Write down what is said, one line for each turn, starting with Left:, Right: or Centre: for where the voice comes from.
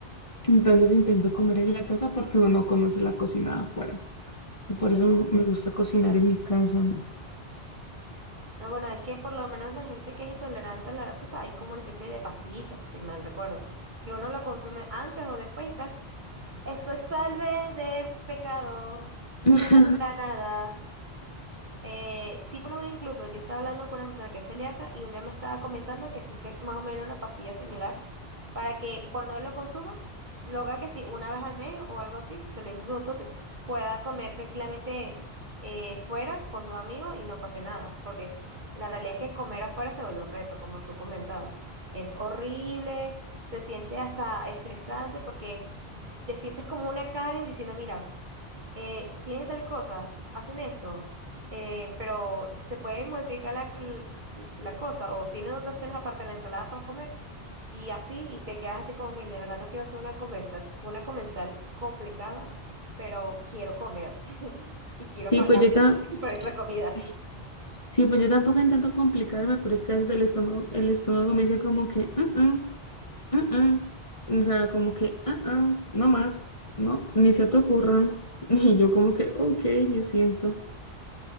Left: Entonces intento comer en la casa porque uno no conoce la cocina de afuera. y por
Right: ya.
Left: eso me gusta cocinar en mi casa.
Right: No, bueno, es que por lo menos la gente que es intolerante al lactosa sabes, es como una especie de pastillita, si mal recuerdo, que uno la consume antes o después y estás, estoy salve de pecado, no
Left: <laughs>
Right: me pasará nada. Eh, sí, por lo menos incluso yo estaba hablando con una persona que es celíaca y un día me estaba comentando que existe más o menos una pastilla similar para que cuando él lo consuma, lo haga que si una vez al mes o algo así, se lo dijo su doctor, te- pueda comer tranquilamente eh, fuera con sus amigos y no pase nada, porque la realidad es que comer afuera se vuelve un reto, como tú comentabas. Es horrible, se siente hasta estresante porque te sientes como una Karen diciendo, mira eh, tiene tal cosa, hacen esto, eh, pero se puede modificar la, l- la cosa o tienen otras opciones aparte de la ensalada para comer. Y así, y te quedas así como, mira, de verdad no quiero hacer una comensal, una comensal complicada, pero quiero comer <laughs> y quiero
Left: Sí,
Right: pagar
Left: pues yo ta-
Right: <laughs> por,
Left: eh,
Right: esa comida.
Left: sí, sí, pues yo tampoco intento complicarme, pero es que a veces el estómago, el estómago me dice como que, "Mm, mm, mm, mm". O sea, como que, "Ah, ah, no más, no, ni se te ocurra. <laughs> Y yo como que, ok, me siento.